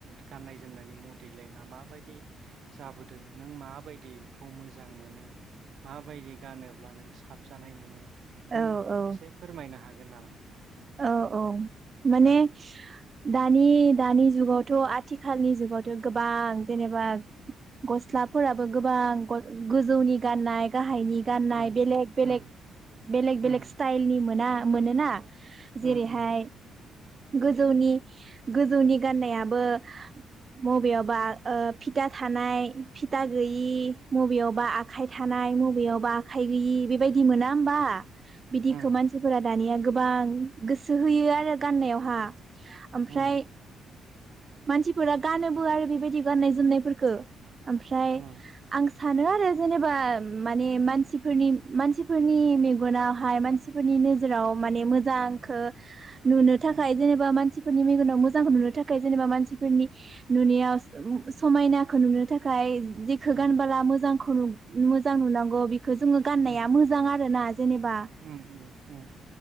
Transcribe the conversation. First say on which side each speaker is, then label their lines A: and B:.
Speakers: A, on the right (about 65°); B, on the right (about 35°).
A: गाननाय जोमनायनि मडेलिंआ माबायदि जाबोदो नों माबायदिखौ मोजां मोनो माबायदि गानोब्ला नों साबजानाय मोनो नों
B: औ औ
A: एसे फोरमायनो हा गोन नामा
B: औ औ माने
A: औ
B: दानि दानि जुगावथ' आथिखालनि जुगावथ' गोबां जेनेबा गस्लाफोराबो गोबां ग गोजौनि गाननाय गाहायनि गाननाय
A: उम
B: बेलेग बेलेक
A: उम
B: बेलेक बेलेग
A: उम
B: स्टाइल नि मोना। मोनोना जेरैहाय
A: उम
B: गोजौनि गोजौनि गाननायाबो मबेयावबा ओ फिथा थानाय फिथा गैयि बबेयावबा आखाइ थानाय मबेयावबा आखाइ गैयि बेबायदि मोना ओमबा? बिदिखो
A: उम
B: मानसिफोरा दानिया गोबां गोसो होयो आरो गाननायावहा ओमफ्राय
A: उम
B: मानसिफोरा गानोबो आरो बेबायदि गाननाय जोमनायफोरखो ओमफ्राय
A: उम
B: आं सानो आरो जेनेबा माने मानसिफोरनि मानसिफोरनि मेगनावहाय मानसिफोरनि नोजोराव माने मोजांखो नुनो थाखाय
A: उम
B: जेनेबा मानसि फोरनि मेगनाव मोजांखौ नुनो थाखाय जेनेबा मानसिफोरनि नुनायाव समायनाखौ नुनो थाखाय जेखो
A: उम
B: गानबोला मोजांखौ नु मोजां नुनांगौ बि खो जोङो गाननाया
A: उम
B: मोजां आरो ना जेनेबा
A: उम उम उम